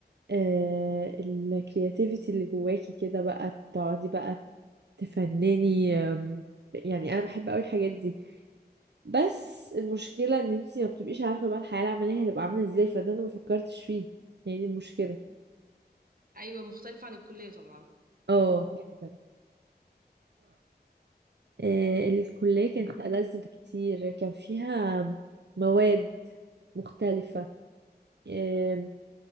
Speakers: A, on the right; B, on the right.
A: آه، الكرياتيفيتي اللي جواكي كده بقى تقعدي بقى تفنني آم، يعني انا بحب قوي الحاجات دي بس المشكلة ان انتي ما بتبقيش عارفة بقى الحياة العملية هتبقى عاملة ازاي فده انا ما فكرتش فيه هي دي المشكلة
B: ايوه مختلفه عن الكليه طبعا
A: اه جدا آه، الكلية كانت ألذ بكتير كان فيها مواد مختلفة آه،